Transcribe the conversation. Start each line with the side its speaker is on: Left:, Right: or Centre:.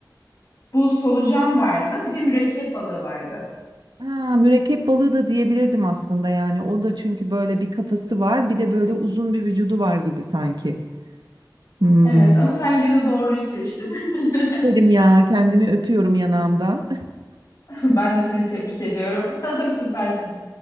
Left: Bu solucan vardı. Bir de mürekkep balığı vardı.
Right: Ha, mürekkep balığı da diyebilirdim aslında yani. O da çünkü böyle bir kafası var bir de böyle uzun bir vücudu var gibi sanki. Hmm.
Left: Evet ama sen yine de doğruyu seçtin. <laughs>
Right: Derim ya kendimi öpüyorum yanağımdan.
Left: Ben de seni tebrik ediyorum. <laughs> Süpersin.